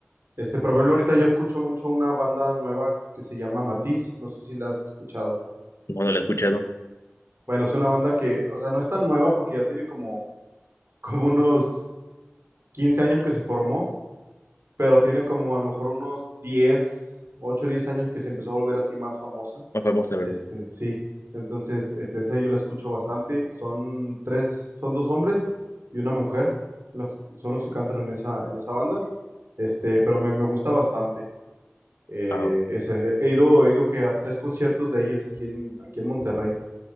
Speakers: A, on the right; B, on the left.
A: Este, por ejemplo, ahorita yo escucho mucho una banda nueva que se llama Matiz. No sé si la has escuchado.
B: no, no lo he escuchado.
A: Bueno, es una banda que, o sea, no es tan nueva porque ya tiene como, <laughs> como unos 15 años que se formó, pero tiene como a lo mejor unos 10, 8, 10 años que se empezó a volver así más famosa
B: Más famoso, a ver,
A: Este, sí, entonces, este, esa yo la escucho bastante. Son tres, son dos hombres y una mujer, los que- son los que cantan en esa, en esa banda. Este, pero me, me gusta bastante. Eh,
B: a,
A: ese, he ido, he ido que a tres conciertos de ellos aquí en, aquí en Monterrey.